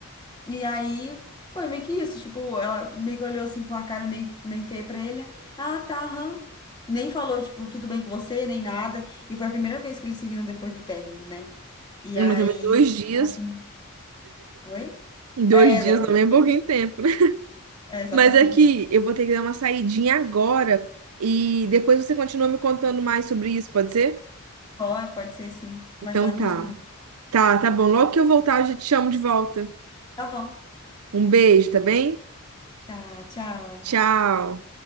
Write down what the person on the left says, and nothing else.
E aí foi meio que isso, tipo, ela meio que olhou assim com a cara meio, meio feia pra ele. Ah, tá, aham. Nem falou, tipo, tudo bem com você, nem nada. E foi a primeira vez que eles se viram depois do término, né? E
aí
ela chamou. Oi?
É, exatamente.
É,
isso.
É, exatamente.
Pode, pode ser sim. Mais
tarde
a gente termina.
Tá bom.
Tá, tchau.